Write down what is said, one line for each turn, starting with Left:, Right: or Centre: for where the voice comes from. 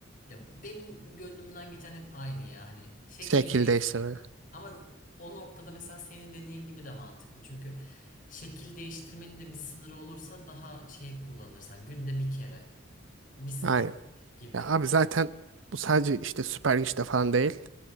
Left: Ya benim gönlümden geçen hep aynı ya hani şekil
Right: Şekil
Left: değiştirme.
Right: değiştirme.
Left: Ama o noktada mesela senin dediğin gibi de mantıklı. Çünkü şekil değiştirmenin de bir sınırı olursa daha şey kullanırsan günde bir kere, bir saat
Right: Aynen.
Left: gibi.
Right: Ya abi zaten bu sadece işte süper güçte falan değil.